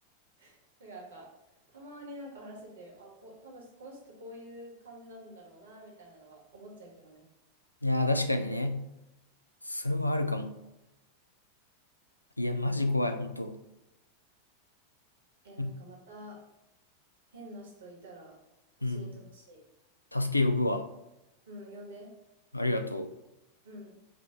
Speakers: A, on the right; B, on the left.
A: からなんか、たまになんか話してて、あ、こう、多分この人こういう感じなんだろうな、みたいなのは思っちゃうけどね。
B: いやー、確かにね。それはあるかも。いや、マジ怖い、ほんと。
A: え、なんかまた
B: うん。
A: 変な人いたら教えてほしい。
B: うん助け呼ぶわ。
A: うん、呼んで。
B: ありがとう。
A: うん。